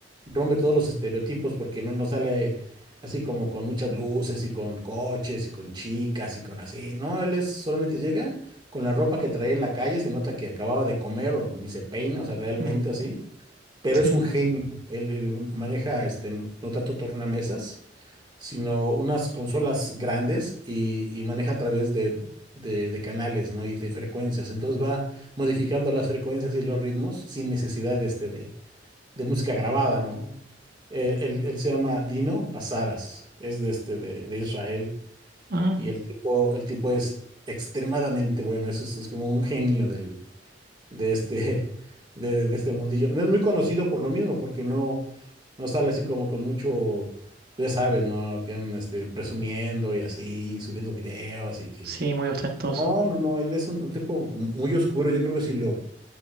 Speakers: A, on the right; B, on the right.
A: rompe todos los estereotipos porque no, no sale así como con muchas luces y con coches y con chicas y con así. No, él es solamente llega con la ropa que trae en la calle, se nota que acababa de comer o ni se peina, o sea, realmente
B: Ujú,
A: así. Pero
B: Sí.
A: es un genio. Él, él maneja este, no, no tanto tornamesas sino unas consolas grandes y, y maneja a través de, de- de canales, ¿no? Y de frecuencias. Entonces va modificando las frecuencias y los ritmos sin necesidad de, este, de, de música grabada, ¿no? Él, él- él se llama Dino Pasaras, es de, este, de, de Israel
B: Ah,
A: y el tipo, el tipo es extremadamente bueno, eso es, es como un genio del, de este, <laughs> de, de este mundillo. No es muy conocido por lo mismo, porque no... No sale así como con mucho, ya sabes, ¿no? Que andan este, presumiendo y así, subiendo videos y que...
B: sí, muy ostentoso.
A: No, no, no, él es un, un tipo como muy oscuro. Yo creo que si lo,